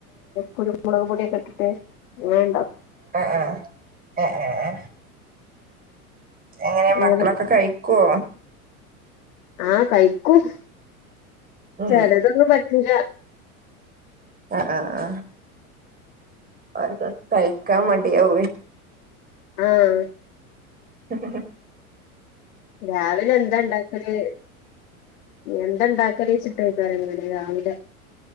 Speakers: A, on the left; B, on the right.
A: കുരുമുളക് പൊടിയൊക്കെ ഇട്ടിട്ട് അങ്ങനെ ഉണ്ടാക്കും
B: ആഹ ആഹ ആഹ ആ എങ്ങനെ
A: അങ്ങനെ
B: മക്കളൊക്കെ കഴിക്കുവോ
A: ആഹ കഴിക്കും
B: ഉം
A: ചിലതൊന്നും പറ്റില്ല
B: ആഹ ആഹ ആഹക്ക കൈക്ക മിയ അ
A: ആഹ
B: ശ
A: രാവിലെ എന്താ ഉണ്ടാക്കത് എന്താണ്ടാക്ക കളിച്ചിട്ടായിക്കാരങ്ങനെ രാവിലെ